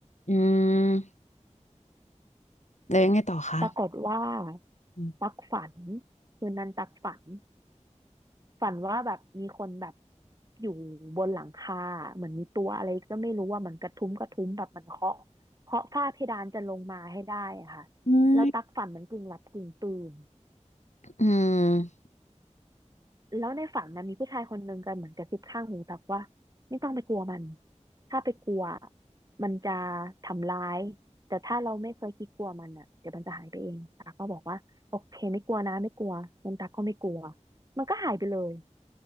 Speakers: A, on the left (about 70°); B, on the right (about 30°).
A: อืมแล้วยังไงต่อคะ
B: ปรากฏว่า
A: อ
B: ตักฝันคืนนั้นตักฝัน ฝันว่าแบบมีคนแบบอยู่บนหลังคาเหมือนมีตัวอะไรก็ไม่รู้ว่ามันกระทุ้มกระทุ้มแบบมันเคาะเคาะฝ้าเพดานจะลงมาให้ได้อะค่ะ
A: ืม
B: แล้วตักฝันเหมันกึ่งหลับกึ่งตื่น
A: อืม
B: แล้วในฝันนะมีผู้ชายคนหนึ่งกันเหมือนกระซิบข้างหูตักว่าไม่ต้องไปกลัวมันถ้าไปกลัวมันจะทำร้ายแต่ถ้าเราไม่เคยคิดกลัวมันอ่ะเดี๋ยวมันจะหายไปเองตาก็บอกว่าโอเคไม่กลัวนะไม่กลัวงั้นตาก็ไม่กลัวมันก็หายไปเลย